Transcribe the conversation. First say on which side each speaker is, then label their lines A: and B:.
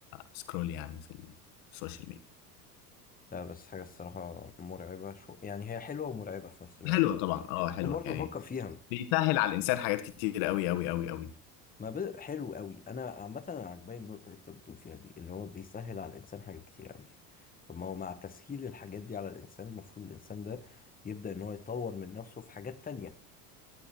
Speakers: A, on the left (about 65°); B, on the left (about 20°).
A: بسكرول يعني في السوشيال ميديا
B: لا بس حاجة الصراحة مرعبة شو يعني هي حلوة ومرعبة في نفس الوقت
A: حلوة طبعا اه حلوة
B: عشان برضو
A: يعني
B: بفكر فيها
A: بيسهل على الانسان حاجات كتير قوي قوي قوي قوي
B: ما بد... حلو قوي انا عامه انا عجباني النقطه اللي انت بتقول فيها دي اللي هو بيسهل على الانسان حاجات كتير قوي طب ما هو مع تسهيل الحاجات دي على الانسان المفروض الانسان ده يبدا ان هو يطور من نفسه في حاجات تانية